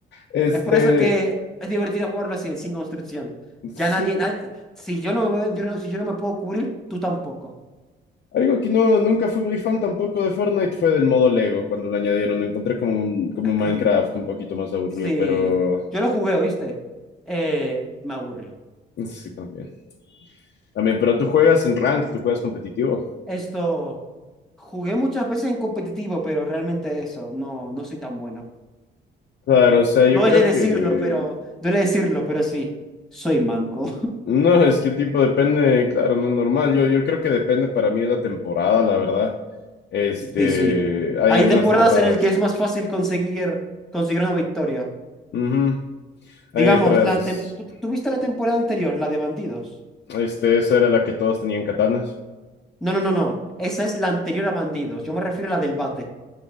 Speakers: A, on the left; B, in the centre.
A: este,
B: Es por eso que es divertido jugarlo así, sin construcción.
A: sí,
B: Ya nadie, nadie- si yo no me, veo- yo no- si yo no me puedo cubrir, tú tampoco.
A: algo que no, nunca fui muy fan tampoco de Fortnite fue del modo Lego cuando lo añadieron, lo encontré como, un- como
B: <clears throat>
A: un Minecraft un poquito más aburrido,
B: Sí.
A: pero
B: Yo lo jugué, ¿oíste? Eh, me aburrí.
A: sí, también. También, pero tú juegas en rank, tú juegas competitivo.
B: Esto, jugué muchas veces en competitivo, pero realmente eso, no, no soy tan bueno.
A: Claro, o sea, yo
B: No Duele
A: creo
B: decirlo,
A: que
B: pero, duele decirlo, pero sí, soy manco.
A: No, es que tipo depende, claro, no normal. Yo, yo creo que depende para mí de la temporada, la verdad. Este,
B: Sí, sí.
A: hay
B: Hay
A: algunas
B: temporadas
A: temporadas.
B: en el que es más fácil conseguir, conseguir una victoria.
A: ujú,
B: Digamos,
A: Hay otras.
B: la tem- ¿tú, tú viste la temporada anterior, la de Bandidos?
A: Este, esa era la que todos tenían katanas.
B: No, no, no, no. Esa es la anterior a Bandidos. Yo me refiero a la del bate.